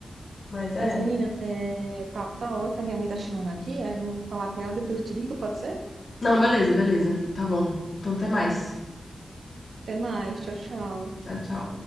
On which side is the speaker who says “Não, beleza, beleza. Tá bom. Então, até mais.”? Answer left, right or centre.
Left